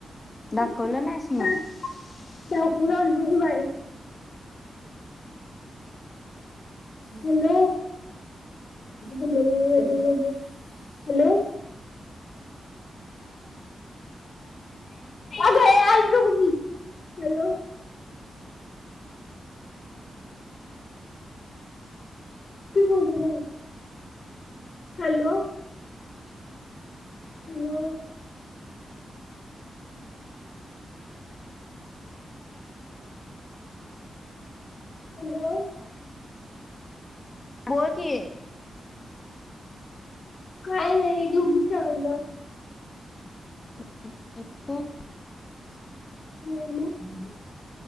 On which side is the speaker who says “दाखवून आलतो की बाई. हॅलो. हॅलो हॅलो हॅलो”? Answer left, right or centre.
Left